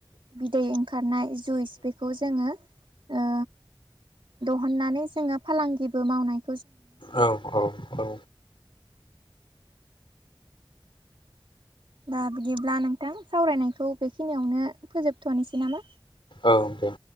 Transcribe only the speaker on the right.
बिदै ओंखारनाय जुइस बेखौ जोङो अ दिहुननानै जोङो फालांगिबो मावनाय
दा बिदिब्ला नोंथां सावरायनायखौ बेखिनियावनो फोजोबथ'नोसै नामा?